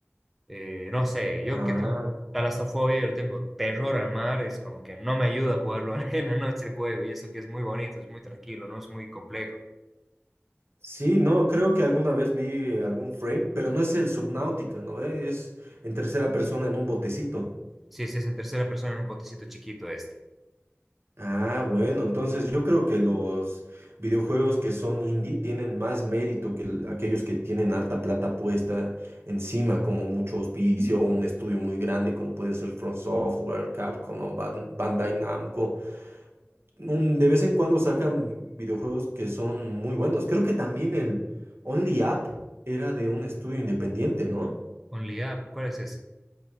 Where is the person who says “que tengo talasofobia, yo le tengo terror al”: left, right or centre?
Centre